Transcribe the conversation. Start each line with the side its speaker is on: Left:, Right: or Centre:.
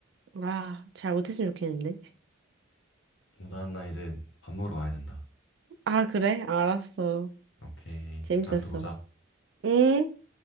Right: 아, 잘 못했으면 좋겠는데.
Left: 오나 나 이제 밥 먹으러 가야 된다.
Right: 아, 그래? 알았어.
Left: 오케이.
Right: 재밌었어.
Left: 다음에 또 보자.
Right: 응?